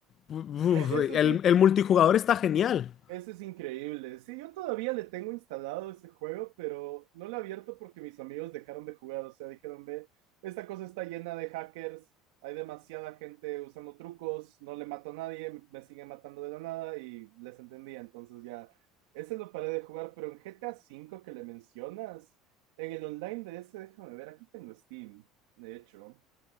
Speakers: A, on the left; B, on the right.
A: uf,
B: E- eso
A: el,
B: sí,
A: el multijugador está genial.
B: Eso es increíble. Sí, yo todavía le tengo instalado ese juego, pero no lo he abierto porque mis amigos dejaron de jugar. O sea, dijeron, ve, esta cosa está llena de hackers, hay demasiada gente usando trucos, no le mato a nadie, me siguen matando de la nada y les entendía. Entonces ya, ese lo paré de jugar, pero en GTA V que le mencionas, en el online de ese, déjame ver, aquí tengo Steam, de hecho.